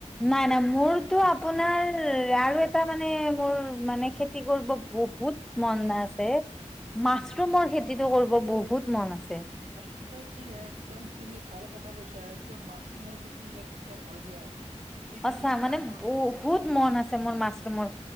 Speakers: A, in the centre; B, on the right.
A: নাই নাই মোৰতো আপোনাৰ আৰু এটা মানে মোৰ মানে খেতি কৰিব বহুত মন আছে। মাছৰুমৰ
B: উম
A: খেতিটো কৰিব বহু বহুত মন আছে।
B: <unintelligible> একদম তুমি ভাল কথা কৈছা একদম মাছৰুমৰ খেতি একদম হয় দিয়া। এইটো
A: সঁচা
B: বস্তু
A: মানে
B: তাম
A: বহুত মন আছে মোৰ মাছ ৰোমৰ